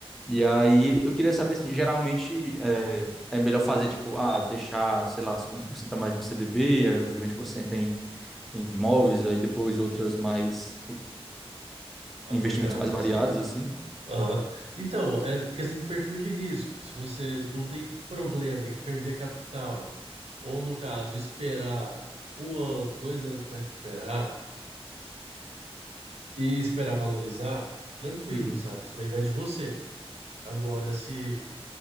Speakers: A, in the centre; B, on the right.
A: E aí, eu queria saber, assim, geralmente é, é melhor fazer, tipo, ah, deixar, sei lá, 50% a mais no CDB, eh, os 20% em em imóveis, aí depois outras mais
B: arrojados,
A: investimentos mais variados,
B: assim.
A: assim.
B: Aham. Então, é questão do perfil de risco. Se você não tem problema em perder capital, ou no caso, esperar um ano, dois anos para recuperar e esperar valorizar, tranquilo,
A: Uhum,
B: sabe? Isso daí vai de você. Agora, se